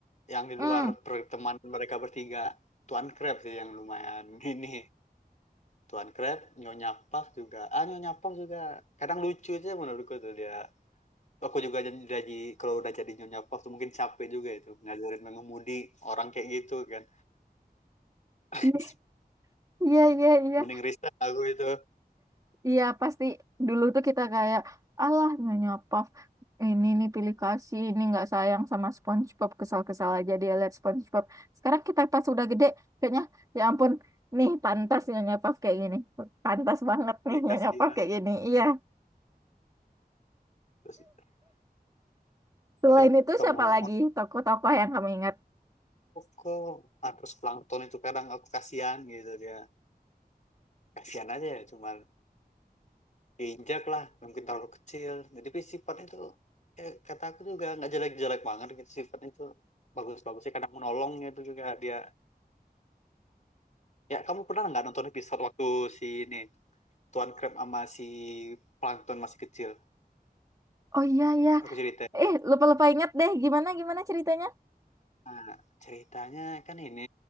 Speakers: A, on the left; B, on the right.
A: yang di
B: Hmm,
A: luar pertemanan mereka bertiga Tuan Krabs sih yang lumayan <laughs> ini Tuan Kret, Nyonya Puff juga. Ah, Nyonya Puff juga. Kadang lucu aja menurutku tuh dia. Aku juga jadi, kalau udah jadi Nyonya Puff tuh mungkin capek juga itu. Ngajarin mengemudi orang kayak gitu kan. <laughs>
B: iya, iya, iya, iya.
A: Mending resign aku itu.
B: Iya pasti dulu tuh kita kayak alah Nyonya Puff ini nih pilih kasih ini nggak sayang sama SpongeBob kesal-kesal aja dia lihat SpongeBob sekarang kita pas udah gede kayaknya ya ampun nih pantas Nyonya Puff kayak gini pantas banget nih
A: Ya
B: Nyonya
A: kasihan.
B: Puff kayak gini iya
A: Terus
B: selain
A: eh,
B: itu
A: kamu
B: siapa lagi
A: waktu
B: tokoh-tokoh yang kamu ingat
A: kok. Ah, terus plankton itu kadang aku kasihan gitu dia. Kasihan aja ya, cuman diinjak lah. Mungkin terlalu kecil. Jadi sifatnya itu eh, kata aku juga nggak jelek-jelek banget gitu sifatnya itu bagus-bagusnya kadang menolong itu juga dia Ya, kamu pernah nggak nonton episode waktu si ini Tuan Crab sama si Plankton masih kecil?
B: oh iya iya
A: Aku ceritain nih.
B: eh lupa-lupa ingat deh gimana gimana ceritanya
A: Nah, ceritanya kan ini